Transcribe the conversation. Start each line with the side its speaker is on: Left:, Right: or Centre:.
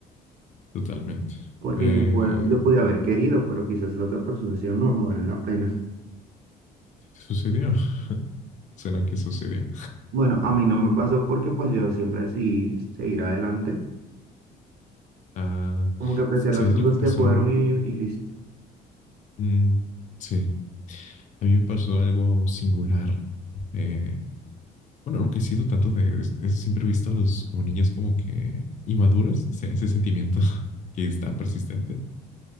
Left: totalmente.
Right: Porque
Left: Eh,
Right: yo puedo, yo podía haber querido, pero quizás la otra persona decía, no, no vale la pena.
Left: ¿sí ¿te sucedió? <laughs> Suena que sucedió.
Right: Bueno, a mí no me pasó porque pues yo siempre decidí seguir adelante,
Left: Ah,
Right: como que apreciar
Left: ¿sabes
Right: las cosas
Left: lo que pasó
Right: que fueron
Left: a mí?
Right: y, y listo.
Left: Mm, sí, a mí me pasó algo singular. Eh, bueno, algo que he sido tanto de... es- es- siempre he visto a los como niños como que inmaduros, ese, ese sentimiento <laughs> que está persistente.